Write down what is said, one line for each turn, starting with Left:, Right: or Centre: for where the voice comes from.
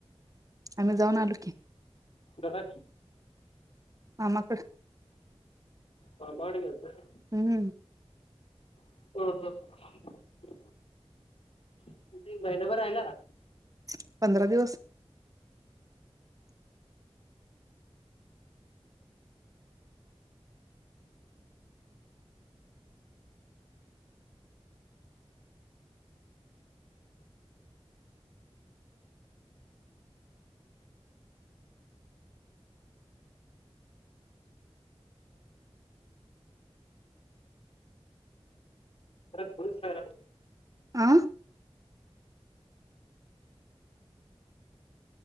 Right: आम्ही जाऊन आलो की.
Left: तर
Right: मामा कड
Left: मामा कड गेलत
Right: हम्म
Left: ह ह तिथ एक महिनाभर राहिला का?
Right: <unintelligible> पंधरा दिवस
Left: <unintelligible>
Right: आं